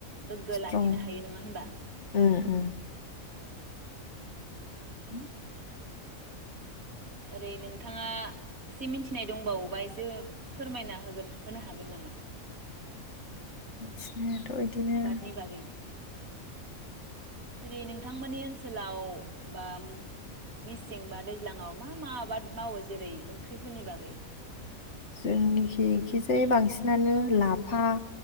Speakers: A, on the right (about 75°); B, on the left (about 55°).
A: गोग्गो
B: स्ट्रं
A: लाखिनो हायो नङा होनबा
B: उम उम
A: औ
B: हु
A: ओरै नोंथाङा एसे मिथिनाय दंबावोबा एसे फोरमायना हो गोन होनो हागोन नामा?
B: इदिनो अयदिनो।
A: आबादनि बागै जेरै- नोंथांमोननि ओनसोलाव बा मिसिं बा दैज्लाङाव मा मा आबाद मावो जेरै ओंख्रिफोरनि बागै?
B: जोंनिखि इखिजाय बांसिनानो लाफा